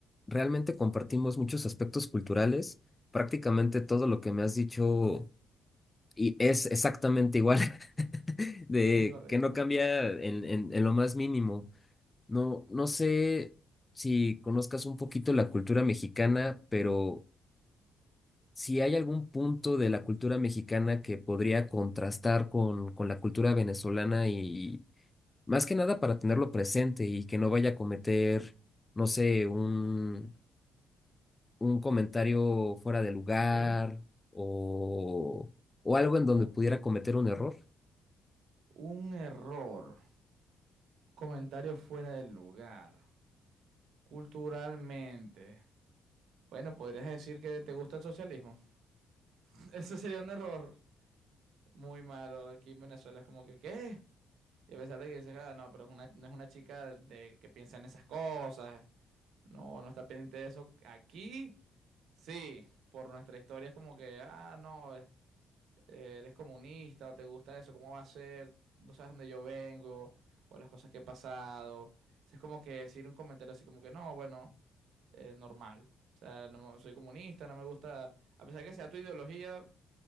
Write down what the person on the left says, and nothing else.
realmente compartimos muchos aspectos culturales. Prácticamente todo lo que me has dicho y es exactamente igual, <laughs> de
que no cambia en, en, en lo más mínimo. No, no sé si conozcas un poquito la cultura mexicana, pero si hay algún punto de la cultura mexicana que podría contrastar con, con la cultura venezolana y más que nada para tenerlo presente y que no vaya a cometer, no sé, un, un comentario fuera de lugar
o, o algo en donde
pudiera cometer un error.